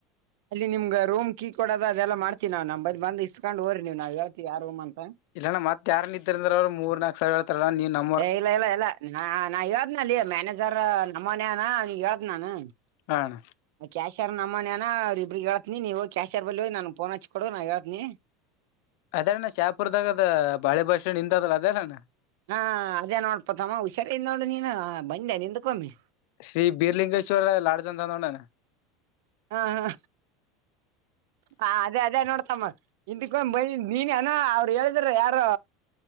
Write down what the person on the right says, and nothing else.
ಅಲ್ಲಿ ನಿಮ್ಗ ರೂಮ್ ಕೀ ಕೊಡೋದ ಅದೆಲ್ಲ ಮಾಡತೀವಿ ನಮ ಬಂದ ಇಕೊಂಡ್ ಹ್ರರಿ ನೀವು ನಾವ ಯಾರ ಅಂತ.
ಏ ಇಲ್ಲ ಇಲ್ಲ ಇಲ್ಲ ನ ನಾ ಹೇಳ್ದ್ನ ಅಲ್ಲಿ ಮ್ಯಾನೇಜರ್ ನಮ್ಮನನಾ ಹೇಳದ ನಾನು.
ಕ್ಯಾಶರ್ ನಮ್ಮ ಮನ್ ಅನ ಅವ ಇಬ್ಬಗಗ್ೇಳ್ತನಿ ನೀವು ಕ್ಯಾಶರ್ ಬ ನನ್ಫೋನ್ ಹಚ್ಕ ಕೊಡು ನಾ ಹೇಳ್ತನಿ.
ಹಾ ಅದೇ ನೋಡ್ಪತಮ್ಮ ಹುಷಾರ ನೋಡು ನೀನು ಬಂದೆ ನಿಂದ್ಕೊಮ್ಮಿ?
ಹಾ ಹಾ ಹ ಅದೇ ಅದೇ ನೋಡ್ತಮ್ಮ ಹಿಂದಕ್ಕೊ ಬಂದ ನೀನ್ ಅನೋ ಅವ್ರು ಹೇಳಿದ್ರ ಯಾರು